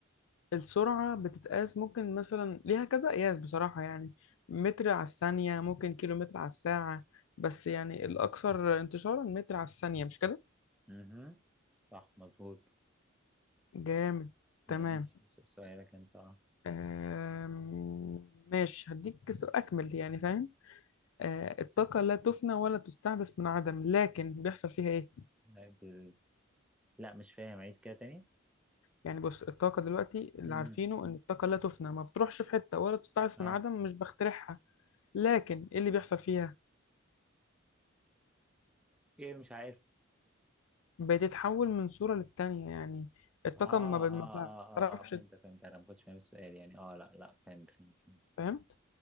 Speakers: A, on the left; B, in the centre.
A: السرعة بتتقاس ممكن مثلا ليها كذا قياس بصراحة يعني متر على الثانية ممكن كيلو متر على الساعة بس يعني الأكثر انتشارا متر على الثانية مش كده؟
B: مهم. صح مظبوط
A: جامد
B: ماشي
A: تمام
B: س- سؤالك انت اه
A: آم، ماشي هديك س- أكمل يعني فاهم آه، الطاقة لا تفنى ولا تستحدث من عدم لكن بيحصل فيها إيه؟
B: لا ب- لا، مش فاهم عيد كده تاني
A: يعني بص الطاقة دلوقتي اللي
B: مهم.
A: عارفينه إن الطاقة لا تفنى ما بتروحش في حتة ولا تستعص
B: اه
A: من عدم مش بخترعها لكن إيه اللي بيحصل فيها
B: ايه مش عارف
A: بتتحول من صورة للتانية يعني الطاقة
B: اه اه
A: ما ب- ما
B: اه
A: بتعرفش
B: اه, آه فهمت فهمت انا ما كنتش فاهم السؤال يعني اه لا لا فهمت فهمت فهمت
A: فهمت